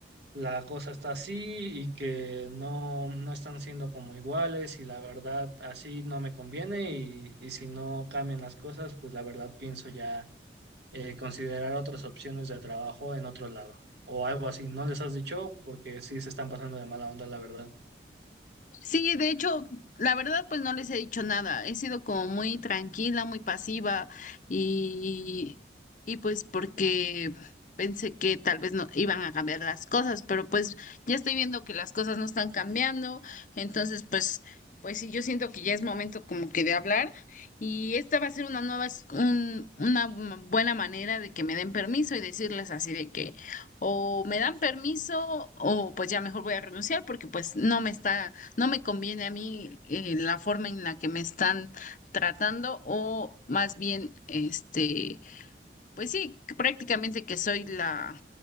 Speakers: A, on the right (about 75°); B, on the left (about 45°).
A: la cosa está así y que no, no están siendo como iguales y la verdad así no me conviene y, y si no cambian las cosas, pues la verdad pienso ya. eh, considerar otras opciones de trabajo en otro lado o algo así. ¿No les has dicho? Porque sí se están pasando de mala onda, la verdad.
B: Sí, de hecho, la verdad, pues no les he dicho nada. He sido como muy tranquila, muy pasiva y, y pues porque pensé que tal vez no iban a cambiar las cosas, pero pues ya estoy viendo que las cosas no están cambiando. Entonces, pues, pues sí, yo siento que ya es momento como que de hablar y esta va a ser una nueva, es- un- una buena manera de que me den permiso y decirles así de que o me dan permiso o pues ya mejor voy a renunciar porque pues no me está no me conviene a mí eh, la forma en la que me están tratando o más bien, este, pues sí, que prácticamente que soy la,